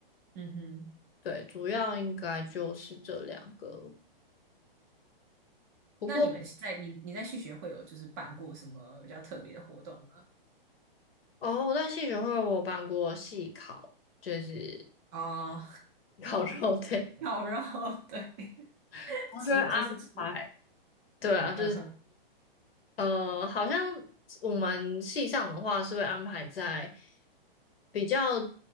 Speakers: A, on the right; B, on the left.
A: 嗯哼，
B: 对，主要应该就是这两个。不过，
A: 那你们在你你在续学会有就是办过什么比较特别的活动吗？
B: 哦，我在戏学会我有办过戏考，就是
A: 哦，
B: <laughs> 烤肉，<laughs> 对，
A: <laughs> 烤肉，对，<laughs>
B: 然后就安排，
A: 吃就是吃，
B: 对啊，就是。
A: 嗯哼，
B: 呃，好像我们系上的话是会安排在比较